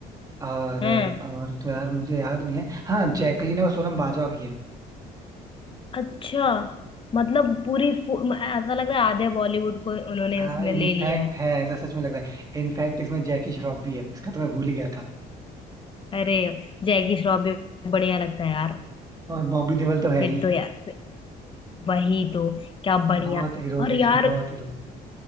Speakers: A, on the right (about 20°); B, on the left (about 30°).
A: और
B: हैं
A: और तो यार मुझे याद नहीं है हाँ जैकलीन और सोनम बाजवा भी है
B: अच्छा मतलब पूरी फु- म- ऐसा लग रहा है आधे बॉलीवुड को उन्होंने
A: हाँ
B: उसमें
A: इनफैक्ट
B: ले लिया है
A: है ऐसा सच में लग रहा है इनफैक्ट इसमें जैकी श्रॉफ भी है इसका तो मैं भूल ही गया था
B: अरे जैकी श्रॉफ भी बढ़िया लगता है यार
A: और बॉबी देओल तो है
B: फिर
A: ही
B: तो यार फिर- वही तो क्या
A: बहुत
B: बढ़िया
A: हीरोज
B: और
A: है
B: यार
A: इसमें बहुत हीरोज है